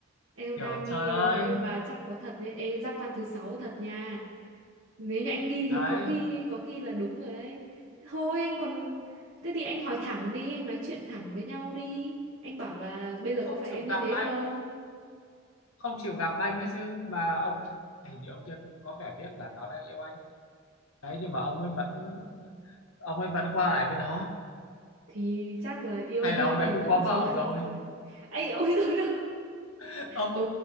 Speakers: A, on the right; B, on the left.
A: Em
B: kiểu
A: đang nghi
B: trời ơi
A: nhưng mà chắc có thật nhé. Ê, giác quan thứ sáu thật nha. Nếu như anh nghi thì
B: đấy
A: có khi có khi là đúng rồi đấy. Thôi anh còn thế thì anh hỏi thẳng đi, anh nói chuyện thẳng với nhau đi. Anh bảo là bây giờ
B: không
A: có phải
B: chịu
A: em như
B: gặp
A: thế
B: anh
A: không?
B: không chịu gặp anh ấy chứ mà ông thì ông kia cũng có vẻ biết là nó đang yêu anh đấy nhưng mà ông ấy vẫn ông ấy vẫn qua lại với nó
A: Thì chắc là yêu
B: hay
A: đương
B: là ông
A: thì
B: đấy cũng
A: cũng
B: có
A: chỉ
B: vợ
A: là một
B: rồi
A: thời. <laughs> Anh ôi rồi đó.
B: <laughs> ông
A: Ừ,